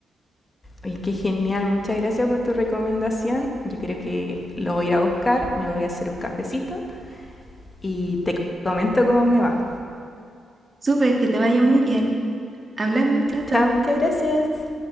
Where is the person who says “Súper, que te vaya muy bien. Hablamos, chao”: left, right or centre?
Right